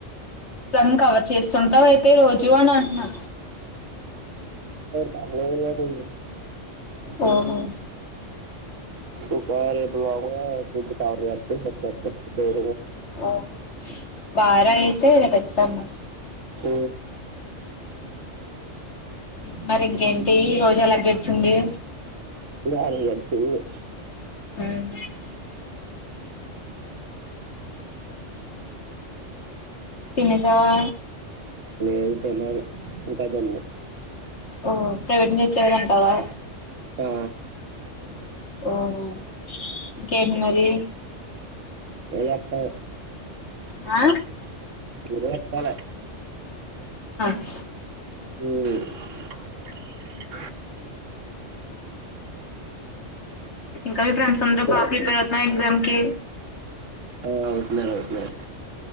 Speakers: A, on the left (about 65°); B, on the right (about 85°).
A: సన్ కవర్ చేస్తుంటావ అయితే రోజు అని అంటున్నా
B: చానా రోజులు అవుతుంది
A: ఓహో
B: ఉ <unintelligible> దే
A: ఆ భార్య అయితే రేపు <unintelligible>
B: అ
A: ఉ మరి ఇంకే డే రోజు ఎలా గడిచింది.
B: బానే గడిచింది.
A: మ్ తినేసవా
B: లేదు తెల్వదు. ఇంకా తిన్లే
A: ఓ ప్రైవేట్ చేయారంటావా
B: ఆ
A: ఓహో ఇకేంటి మరి
B: ఎక్క
A: ఆ
B: నువ్వే చెప్పాలే
A: అ
B: మ్
A: ఇంకా మీ ఫ్రెండ్స్ అందరు బా ప్రిపేర్ అవుతున్నారా ఎగ్జామ్కి.
B: ఆ అవుతున్నారు అవుతున్నారు